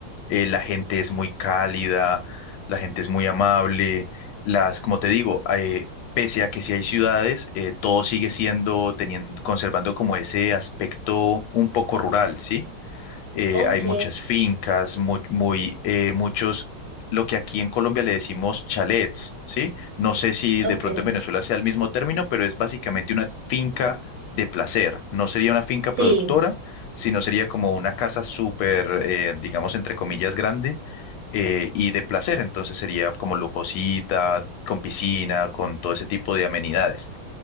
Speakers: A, on the left; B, on the right.
A: eh, la gente es muy cálida, la gente es muy amable, las, como te digo, eh, pese a que sí hay ciudades, eh, todo sigue siendo, teniendo, conservando como ese aspecto un poco rural, ¿sí? eh,
B: Ok,
A: hay muchas fincas, mu- muy, eh, muchos, lo que aquí en Colombia le decimos chalets, ¿sí? No sé si
B: ok,
A: de pronto en Venezuela sea el mismo término, pero es básicamente una finca de placer. No sería una finca
B: sí.
A: productora, sino sería como una casa súper, eh, digamos, entre comillas, grande eh, y de placer. Entonces sería como lujosita, con piscina, con todo ese tipo de amenidades.